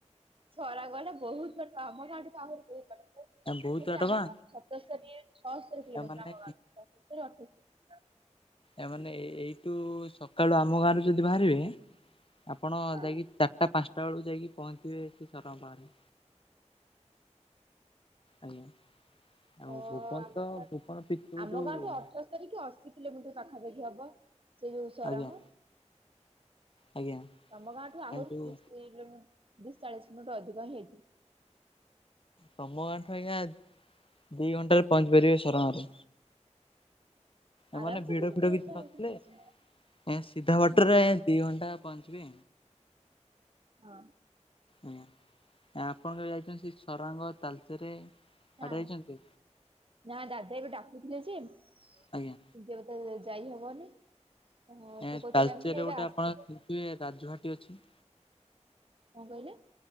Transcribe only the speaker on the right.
ସରାଙ୍ଗ ଗଲା ବହୁତ ବାଟ ଆମ ଗାଁଠୁ ତ ଆହୁରି ବହୁତ ବାଟ। ତଥାପି
ଆମ
ଗାଁରୁ ସତସ୍ତରୀ ଛଅସ୍ତରୀ କିଲୋମିଟର
ଆମ ଗାଁରୁ ସତସ୍ତରୀ ଅଠସ୍ତରୀ। <inaudible>
ହଁ।
ଓ ଆମ
ଆମ
ଗାଁଠୁ ଅଠର ତୋରି ଅଶୀ କିଲୋମିଟର ପାଖ। ପାଖାପାଖି ହବ ସେଇ ଯୋଉ ସରଙ୍ଗ।
ତମ ଗାଁ ଠୁ ଆହୁରି।
<unintelligible> ଚାଳିଶ ମିନିଟ ଅଧିକ ହେଇଥିବ।
ଆରାମସେ
ଦି ତିନି
ଘଣ୍ଟା
ଭିତରେ ପହଞ୍ଚିବ।
ହଁ
ହଁ
ନା
ନା ଦାଦା ଏବେ ଡାକୁଥିଲେ ଯେ <unintelligible>
ତ ଯାଇ ହବନି। ହଁ ସେ
କହୁଥିଲେ
ମାନେ ଏବେ
ଆସିଥିଲେ
କଣ କହିଲେ?